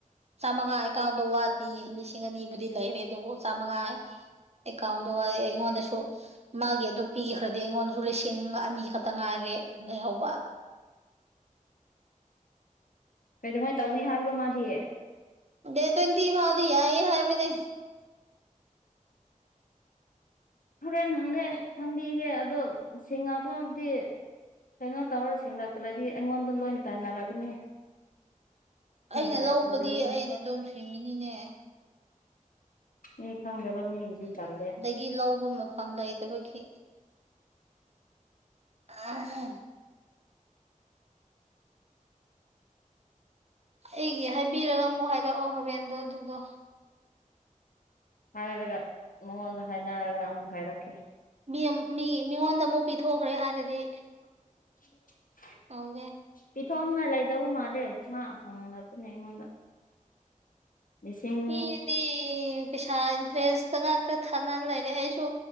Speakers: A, on the right; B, on the left.
A: ꯆꯥꯝꯃꯉꯥ ꯑꯦꯀꯥꯎꯟꯗ ꯋꯥꯠꯂꯤ ꯂꯤꯁꯤꯡ ꯑꯅꯤꯕꯨꯗꯤ ꯂꯩꯔꯦ ꯑꯗꯨꯕꯨ ꯆꯥꯝꯃꯉꯥ ꯑꯦꯀꯥꯎꯟꯗ ꯑꯩꯉꯣꯟꯗꯁꯨ ꯃꯥꯒꯤ ꯑꯗꯨ ꯄꯤꯈ꯭ꯔꯗꯤ ꯑꯩꯉꯣꯟꯗꯁꯨ ꯂꯤꯁꯤꯡ ꯑꯅꯤ ꯈꯛꯇ ꯉꯥꯏꯔꯦ ꯂꯩꯍꯧꯕ
B: ꯀꯩꯗꯧꯉꯩ ꯇꯧꯅꯤ ꯍꯥꯏꯕ꯭ꯔꯣ ꯃꯥꯗꯤ
A: ꯗꯥꯇꯦ ꯇ꯭ꯋꯦꯟꯇꯤ ꯐꯥꯎꯗꯤ ꯌꯥꯏꯌꯦ ꯍꯥꯏꯕꯅꯦ
B: ꯍꯣꯔꯦꯟ ꯍꯪꯒꯦ ꯍꯪꯕꯤꯒꯦ ꯑꯗꯣ ꯁꯤꯡꯉꯛꯄꯕꯨꯗꯤ ꯀꯩꯅꯣ ꯇꯧꯔ ꯁꯤꯡꯂꯛꯇ꯭ꯔꯗꯤ ꯑꯩꯉꯣꯟꯗ ꯂꯣꯏ ꯇꯥꯏꯅꯔꯛꯀꯅꯤ
A: ꯑꯩꯅ
B: ꯗꯥꯏ
A: ꯂꯧꯕꯗꯤ
B: ꯄꯨꯗꯣꯏꯅꯦ
A: ꯑꯩꯅ ꯑꯗꯨꯝ ꯁꯤꯡꯒꯅꯤꯅꯦ
B: ꯃꯤ ꯈꯪꯗꯕ ꯃꯤꯒꯤꯗꯤ ꯇꯥꯜꯂꯦ
A: ꯒꯤ ꯂꯧꯕ ꯃꯐꯝ ꯂꯩꯇꯕꯒꯤ <unintelligible> ꯑꯩꯒꯤ ꯍꯥꯏꯕꯤꯔꯒ ꯑꯃꯨꯛ ꯍꯥꯏꯔꯛꯑꯣ ꯍꯣꯔꯦꯟꯗꯣ ꯑꯗꯨꯗꯣ
B: ꯍꯥꯏꯔꯒ ꯃꯉꯣꯟꯗ ꯍꯥꯏꯅꯔꯒ ꯑꯃꯨꯛ ꯍꯥꯏꯔꯛꯀꯦ
A: ꯃꯤ ꯃꯤ ꯃꯤꯉꯣꯟꯗ ꯑꯃꯨꯛ ꯄꯤꯊꯣꯛꯈ꯭ꯔꯦ ꯍꯥꯏꯔꯗꯤ
B: <unintelligible>
A: ꯇꯧꯗꯦ
B: ꯄꯤꯊꯣꯛꯅꯤꯡꯉꯥꯏ ꯂꯩꯇꯕ ꯃꯥꯜꯂꯦ ꯃꯥ ꯍꯪꯂꯛꯄꯅꯦ ꯑꯩꯉꯣꯟꯗ ꯂꯤꯁꯤꯡ
A: <unintelligible> ꯄꯩꯁꯥ ꯏꯟꯇꯔꯦꯁꯇ ꯉꯥꯛꯇ ꯊꯥꯅ ꯂꯩꯔꯦ ꯑꯩꯁꯨ